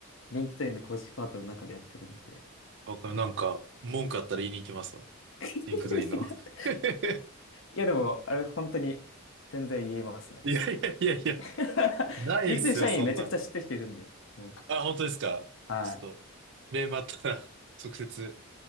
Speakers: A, on the left (about 60°); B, on the right (about 55°).
A: リンクトインの公式パートの中でやってるんで、
B: わかるなんか、
A: もう。
B: 文句あったら言いに行きますわ。
A: <laughs>
B: リンクドインの。<laughs>
A: いやでも、あれ本当に全然言えますね。
B: いやいやいやいや、
A: <laughs>
B: ないっすよ、
A: リンクトイン社員めちゃくちゃ知ってる人いるんで、
B: そんな。
A: もう。
B: あ、本当ですかちょっと、
A: は
B: クレームあったら <laughs> 直接